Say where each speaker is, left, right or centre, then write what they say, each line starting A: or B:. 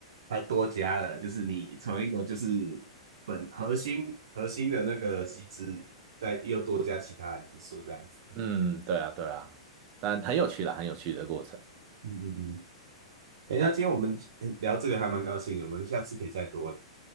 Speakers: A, on the right (about 60°); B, on the right (about 40°).
A: 还多加了，就是你从一个就是本核心核心的那个机制，再又多加其他的因素这样子的。
B: 嗯，对啊对啊，但很有趣啦，很有趣的过程。
A: 嗯嗯嗯。哎，那今天我们聊这个还蛮高兴的，我们下次可以再多聊。